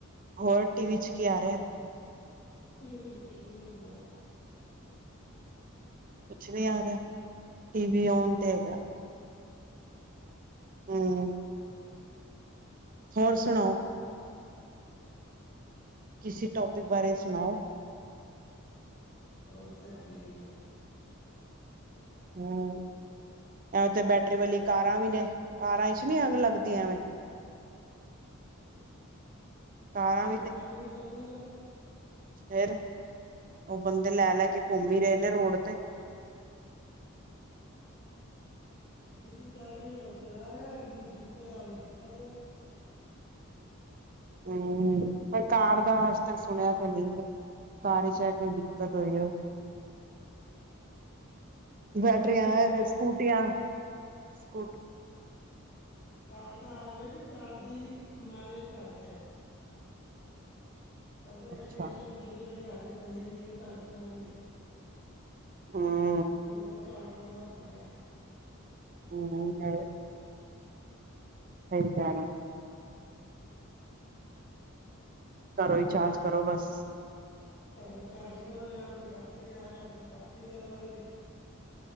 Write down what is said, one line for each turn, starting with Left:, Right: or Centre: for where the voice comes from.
Right: ਹੋਰ ਟੀਵੀ ਚ ਕੀ ਆ ਰਿਹਾ?
Left: ਟੀ ਵੀ ', ਕੁਛ ਵੀ ਨਹੀਂ ਆ ਰਿਹਾ।
Right: ਕੁਛ ਨੀ ਆ ਰਿਹਾ, ਟੀ ਵੀ ਔਨ ਤੇ ਹੈਗਾ। ਹਮ ਹੋਰ ਸੁਣਾਓਂ?
Left: ਕਿਦਾ <inaudible>
Right: ਕਿਸੀ, ਟੋਪਿਕ ਬਾਰੇ ਸੁਣਾਓ?
Left: ਹੋਰ ਸਭ ਠੀਕ ਹੈ। ਇ <inaudible>
Right: ਹਮ ਐਵੇ ਤੇ ਬੈਟਰੀ, ਵਾਲੀ ਕਾਰਾਂ ਵੀ ਨੇ, ਕਾਰਾਂ ਵਿੱਚ, ਨੀ ਅੱਗ ਲੱਗਦੀਆਂਵੇਂ ਕਾਰਾਂ
Left: ਕਾਰਾ ਚ ਵੀ, ਲੱਗਦੀ ਅੱਗ।
Right: ਫਿਰ, ਉਹ ਬੰਦੇ ਲੈ-ਲੈ ਕੇ ਘੁੰਮ, ਹੀ ਰਹੇ ਨੇ ਰੋਡ ਤੇ, <inaudible>
Left: ਜਿਹਦੀ ਚੱਲ ਰਹੀ ਹੈ, ਉਹ ਚਲਾ ਰਿਹਾ ਜਿਹਨੂੰ ਦਿੱਕਤ ਆ, ਉਹ ਦਿੱਕਤ ਆ
Right: ਹਮ ਪਰ ਕਾਰ ਦਾ, ਅੱਜ ਤੱਕ ਸੁਣਿਆ ਤੇ ਨਹੀਂ ਹੈ ਸਾਰੇ 'ਚ ਹੈ ਕੋਈ ਦਿੱਕਤ ਹੋਈਓ।
Left: ਕਾਰ
Right: ਬੈਟਰੀਆਂ
Left: ਦੀ ਆਵੇ
Right: ਤੇ ਸਕੂਟੀਆਂ ਸਕ
Left: ਕਾਰ ਦਾ ਆਵੇ ਕਿ ਕਾਰ ਦੀ ਮਾਈਲੇਜ ਘੱਟ ਹੈ। ਉਹ
Right: ਅੱਛਾ
Left: ਸਟੇਸ਼ਨ ਜ੍ਹ ਜਗ੍ਹਾ ਹਾਲੇ ਬਣੇ ਨ ਚਾਰਜਿੰਗ ਵਾਲੀ
Right: ਹਾਂ
Left: ਉਹਦਾ ਚਾਰਜਿੰਗ ਦਾ ਪੰਗਾ ਹੈ।
Right: ਹਮ। ਹ ਜਾਾਰ ਘਰੋ ਹੀ ਚਾਰਜ ਕਰੋ ਬਸ।
Left: ਘਰੋ ਆਪ ਚਾਰਜ ਕਰੋ ਜਾਂ ਰ ਕੋਈ ਫੈਕਟਰੀ ਜਾ ਰਿਹਾ ਆਪਣਾ ਫੈਕਟਰੀ ਲਗਾ ਲਓ।